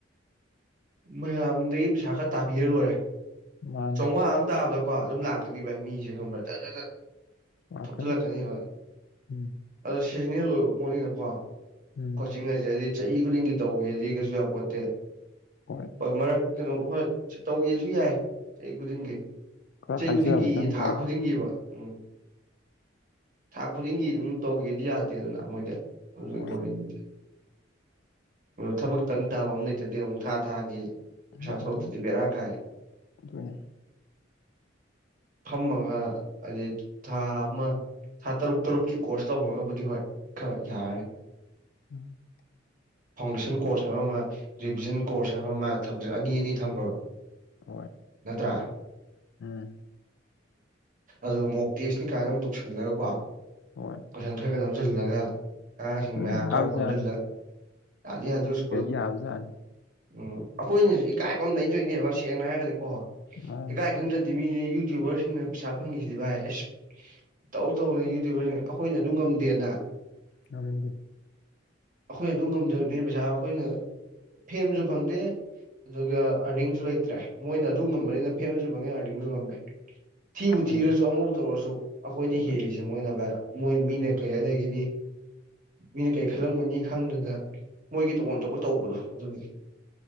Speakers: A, on the right; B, on the left.
A: ꯃꯌꯥꯝꯗꯒꯤ ꯄꯩꯁꯥ ꯈꯔ ꯇꯥꯕꯤꯔ ꯂꯣꯏꯔꯦ
B: ꯃꯥꯅꯤ
A: ꯆꯧꯉꯥ ꯑꯃ ꯇꯥꯕꯗ ꯑꯗꯨꯝ ꯂꯥꯛꯀꯅꯤ ꯚꯥꯏ ꯃꯤꯁꯦ ꯈꯪꯕꯔꯥ ꯖꯠꯖꯠ
B: ꯂꯥꯛꯀꯅꯤ
A: ꯊꯣꯝꯖꯜꯂꯛꯀꯅꯤꯕ
B: ꯎꯝ
A: ꯑꯗꯨꯝ ꯁꯤꯖꯟꯅꯦꯜ ꯑꯣꯏꯕ ꯄꯣꯠꯅꯤꯅꯀꯣ
B: ꯎꯝ
A: ꯀꯣꯆꯤꯡ ꯍꯥꯏꯁꯦ ꯍꯥꯏꯗꯤ ꯆꯍꯤ ꯈꯨꯗꯤꯡꯒꯤ ꯇꯧꯒꯦꯗꯤ ꯀꯩꯁꯨ ꯌꯥꯄꯣꯠꯇꯦ
B: ꯍꯣꯏ
A: ꯍꯣꯏ ꯃꯔꯛ ꯀꯩꯅꯣ ꯍꯣꯏ ꯇꯧꯒꯦꯁꯨ ꯌꯥꯏ ꯆꯍꯤ ꯈꯨꯗꯤꯡꯒꯤ
B: ꯈꯔ
A: ꯆꯍꯤ
B: ꯍꯥꯏꯖꯕ
A: ꯈꯨꯗꯤꯡꯒꯤꯌꯦ
B: ꯆꯪ
A: ꯊꯥ
B: ꯇꯥꯔꯦ
A: ꯈꯨꯗꯤꯡꯒꯤꯕ ꯎꯝ ꯊꯥ ꯈꯨꯗꯤꯡꯒꯤ ꯑꯗꯨꯝ ꯇꯧꯒꯦꯗꯤ ꯌꯥꯗꯦꯗꯅ ꯃꯣꯏꯗꯤ ꯑꯗꯨꯒꯤ
B: ꯍꯣꯏ
A: ꯋꯥꯔꯤꯅꯤꯗ ꯊꯕꯛꯇꯪ ꯇꯥꯕ ꯑꯃ ꯂꯩꯇꯔꯗꯤ ꯑꯃꯨꯛ ꯊꯥ ꯊꯥꯒꯤ
B: ꯎꯝ
A: ꯄꯩꯁꯥ ꯊꯣꯛꯇꯔꯗꯤ ꯚꯦꯔꯥ ꯀꯥꯏ
B: ꯑꯗꯨꯅꯤ
A: ꯐꯝꯃꯒ ꯍꯥꯏꯗꯤ ꯊꯥ ꯑꯃ ꯁꯥ ꯇꯔꯨꯛ ꯇꯔꯨꯛꯀꯤ ꯀꯣꯔꯁ ꯇꯧꯍꯧꯔꯒꯕꯨꯗꯤ ꯍꯣꯏ ꯈꯔ ꯌꯥꯔꯅꯤ
B: ꯎꯝ
A: ꯐꯥꯎꯟꯗꯦꯁꯟ ꯀꯣꯔꯁ ꯍꯥꯏꯕ ꯑꯃ ꯔꯤꯚꯤꯖꯟ ꯀꯣꯔꯁ ꯍꯥꯏꯕ ꯑꯃ ꯑꯅꯤ ꯑꯅꯤ ꯊꯝꯈ꯭ꯔꯕ
B: ꯍꯣꯏ
A: ꯅꯠꯇ꯭ꯔꯥ
B: ꯎꯝ
A: ꯑꯗꯨꯒ ꯃꯣꯛ ꯇꯦꯁꯅꯤ ꯀꯥꯏꯅ ꯑꯃꯨꯛ ꯇꯧꯁꯜꯂꯒ ꯀꯣ
B: ꯍꯣꯏ
A: ꯀꯣꯏꯁꯟ ꯈꯔ ꯈꯔ ꯅꯝꯖꯜꯂꯒ ꯑꯉꯥꯡꯁꯤꯡ
B: ꯑꯗꯨꯝ
A: ꯃꯌꯥꯝ
B: ꯌꯥꯕꯖꯥꯠꯅꯤ
A: ꯈꯔ ꯈꯣꯝꯁꯤꯜꯂ ꯌꯥꯗꯤ ꯌꯥꯗꯨ ꯏꯁ꯭ꯀꯨꯜ
B: ꯌꯥꯕ ꯖꯥꯠꯅꯤ
A: ꯎꯝ ꯑꯈꯣꯏꯅꯖꯨ ꯏꯀꯥꯏꯕ ꯑꯃ ꯂꯩ ꯇꯧꯏꯅꯦꯕ ꯁꯦꯡꯅ ꯍꯥꯏꯔꯒꯗꯤꯀꯣ
B: ꯃꯥꯅꯤ
A: ꯏꯀꯥꯏ ꯈꯪꯗꯔ ꯗꯤꯃꯤ ꯌꯨꯇ꯭ꯌꯨꯕꯔꯁꯤꯡꯅ ꯄꯩꯁꯥ ꯐꯪꯉꯤꯁꯤꯗꯤ ꯚꯥꯏ ꯏꯁ ꯇꯧ ꯇꯧꯗꯅ ꯌꯨꯇ꯭ꯌꯨꯕꯔꯁꯤꯡꯅ ꯑꯩꯈꯣꯏꯅ ꯑꯗꯨ ꯉꯝꯗꯦꯅ
B: ꯉꯝꯗꯦ
A: ꯑꯈꯣꯏꯅ ꯑꯗꯨ ꯉꯝꯗꯕꯅꯤ ꯄꯩꯁꯥ ꯑꯈꯣꯏꯅ ꯐꯦꯝꯖꯨ ꯐꯪꯗꯦ ꯑꯗꯨꯒ ꯑꯥꯔꯅꯤꯡꯖꯨ ꯂꯩꯇ꯭ꯔꯦ ꯃꯣꯏꯅ ꯑꯗꯨ ꯉꯝꯕꯅꯤꯅ ꯐꯦꯝꯖꯨ ꯐꯪꯉꯦ ꯑꯥꯔꯅꯤꯡꯖꯨ ꯉꯝꯃꯦ ꯊꯤꯕꯨ
B: ꯑꯗꯨꯅꯤ
A: ꯊꯤꯔꯖꯨ ꯑꯃꯕꯨ ꯇꯧꯔꯁꯨ ꯑꯩꯈꯣꯏꯗꯩ
B: ꯍꯣꯏ
A: ꯍꯦꯜꯂꯤꯖꯦ ꯃꯣꯏꯅ ꯚꯥꯏ ꯃꯣꯏ ꯃꯤꯅ
B: ꯑꯗꯨ
A: ꯀꯔꯤ ꯍꯥꯏꯅꯒꯤꯅꯤ ꯃꯤꯅ ꯀꯔꯤ ꯈꯜꯂꯝꯒꯅꯤ ꯈꯪꯗꯅ ꯃꯣꯏꯒꯤ ꯇꯧꯐꯝ ꯊꯣꯛꯄ ꯇꯧꯕꯗꯣ ꯑꯗꯨꯒꯤ